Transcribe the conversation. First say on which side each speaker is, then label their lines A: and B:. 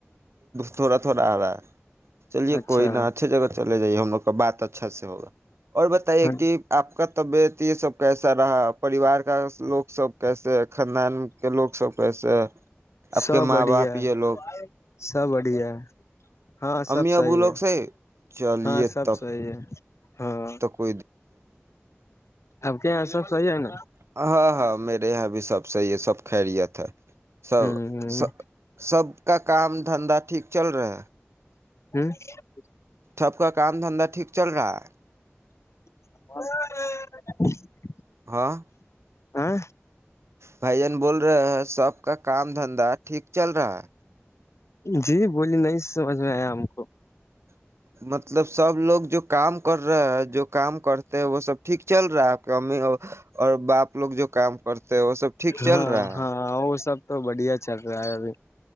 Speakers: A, on the right (about 75°); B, on the left (about 85°).
A: تھوڑا تھوڑا چلیے
B: اچھا
A: کوئی نا اچھیے جگہ چل جائیے ہم لوگ کا بات ا <inaudible> اور بتائیے
B: ہاں
A: کہ آپ کا طبیعت یہ سب کیسا رہا پریوار کا لوگ سب کیسے ہے خاندان کے لوگ سب کیسے ہے آپ
B: سب
A: کے ماں
B: بڑھیا
A: باپ
B: ہے
A: یہ لوگ
B: سب بڑھیا ہے ہاں
A: امی
B: سب
A: ابو
B: سی
A: لوگ
B: ہے
A: صحیح چلیے
B: ہاں سب
A: تب
B: سحی ہے ہاں
A: <inaudible> <inaudible> آپ
B: آپ کے یہاں سب صحیح ہے نا
A: ہاں ہاں میرے یہاں بھی سب صحیح ہے سب خیریت ہے سب
B: ہوں
A: س سب کا کام دھندا ٹھیک چل رہا ہے
B: <inaudible>
A: سب کا کام دھندا ٹھیک چل رہا ہے
B: <inaudible>
A: ہاں
B: <inaudible>
A: بھائی جان بول سب کا کام دھندا ٹھیک چل رہا ہے
B: جی بولی نہیں سمجھ میں آیا ہم کو
A: <inaudible> سب لوگ جو کام کر رہے ہے جو کام کرتے ہیں وہ سب ٹھیک چل رہا ہے ی اور باپ لوگ جو کام کرتے ہیں وہ سب ٹھیک
B: ہاں
A: چل رہا
B: ہاں
A: ہے
B: وہ سب تو بڑھیا چل رہا ہے ابھی